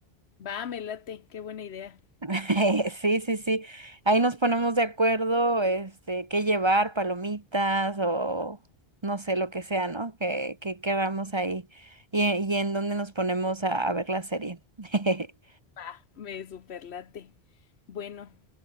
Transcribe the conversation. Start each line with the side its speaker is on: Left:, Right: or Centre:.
Left: Va, me late, qué buena idea.
Right: <laughs> Sí, sí, sí. Ahí nos ponemos de acuerdo, este, qué llevar, palomitas o no sé, lo que sea, ¿no? Que, que queramos ahí y, y en dónde nos ponemos a, a ver la serie. <laughs>
Left: Va, me superlate. Bueno,